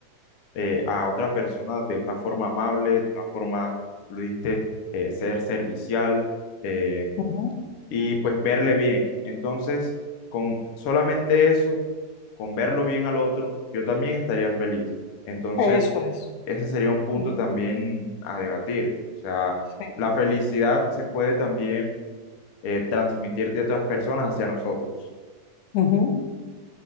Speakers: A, on the left (about 65°); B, on the left (about 85°).
A: eh, a otra persona de una forma amable, de una forma, como tú dijiste, eh, ser servicial. eh,
B: Ujú,
A: y pues verle bien. Entonces, con solamente eso, con verlo bien al otro, yo también estaría feliz. Entonces,
B: Eso es.
A: ese sería un punto
B: ujú,
A: también a debatir. O sea,
B: Sí.
A: la felicidad se puede también eh, transmitir de otras personas hacia nosotros.
B: ujú.